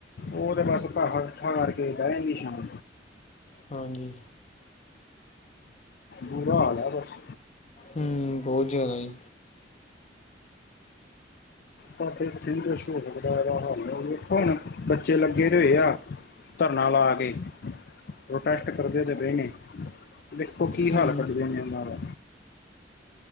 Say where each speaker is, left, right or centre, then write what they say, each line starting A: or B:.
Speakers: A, on the left; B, on the left.
A: ਉਹ ਤੇ ਬਸ ਪੇਸ਼ਾ ਕੱਠਾ ਕਰ ਕੇ ਬਹਿ ਜਾਂਦੀ ਸ਼ਾਤ।
B: ਹਾਂਜੀ।
A: ਬੂਰਾ ਹਾਲ ਹੈ ਬਸ।
B: ਹਮ ਬਹੁਤ ਜ਼ਿਆਦਾ ਜ
A: ਸਾਡੇ ਇਥੇਸ਼ਰ ਹਾਲ ਦੇਖੋ ਹੁਣ ਬੱਚੇ ਲੱਗੇ ਰਏ ਆ ਧਰਨਾ ਲਾ ਕੇ ਪ੍ਰੋਟੈਸਟ ਕਰਦੇ ਤੇ ਪਏ ਨੇ ਦੇਖੋ ਕੀ
B: ਹੂੰ
A: ਹਾਲ ਕੱਢਦੇ ਨੇ ਉਹਨਾਂ ਦਾ